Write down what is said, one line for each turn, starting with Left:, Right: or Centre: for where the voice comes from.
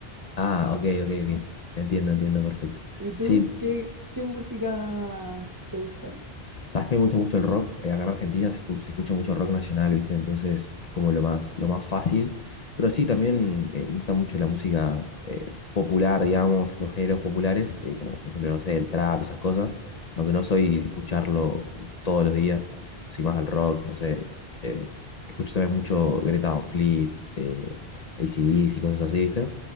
Left: Ah, ok, ok, ok. Entiendo, entiendo, perfecto.
Right: ¿Y tú?
Left: Sí,
Right: ¿Qué, qué música te gusta?
Left: Sabes que me gusta mucho el rock. eh, Acá en Argentina se, escu- se escucha mucho rock nacional, ¿viste? Entonces es como lo más, lo más fácil. Pero sí, también eh, me gusta mucho la música eh, popular, digamos, los géneros populares, eh, como por ejemplo, no sé, el trap, esas cosas. Aunque no soy de escucharlo todos los días, soy más del rock, no sé. eh, escucho también mucho Greta Van Fleet, eh, AC/DC y cosas así, ¿viste?